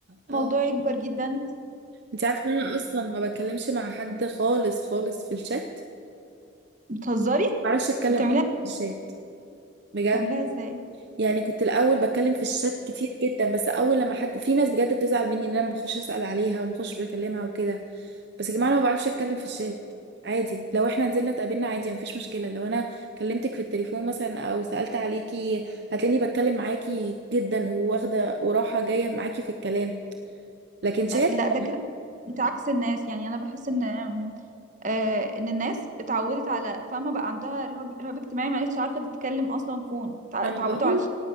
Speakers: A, on the right (about 55°); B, on the right (about 40°).
A: اه
B: الموضوع يكبر جدا
A: انتي عارفة إن أنا أصلا ما بتكلمش مع حد خالص خالص في الشات
B: فبتهزري
A: ما بعرفش أتكلم
B: بتعمليها
A: أصلا في الشات بجد
B: بتعمليها ازاي
A: يعني كنت الاول بتكلم في الشات كتير جدا بس اول لما حد في ناس بجد بتزعل مني ان انا ما بخش اسال عليها ومخش بكلمها وكده بس يا جماعه انا ما بعرفش اتكلم في الشات عادي لو احنا نزلنا اتقابلنا عادي مفيش مشكله لو انا كلمتك في التليفون مثلا او سالت عليكي هتلاقيني بتكلم معاكي جدا وواخده وراحه جايه معاكي في الكلام لكن شات
B: آه، لا ده كده انت عكس الناس يعني انا بحس ان آم، آه، ان الناس اتعودت على فاهمه بقى عندها رهاب رهاب اجتماعي ما عادش عارفه تتكلم اصلا فون تع-
A: ما
B: اتعودوا
A: انا بقول
B: على الش-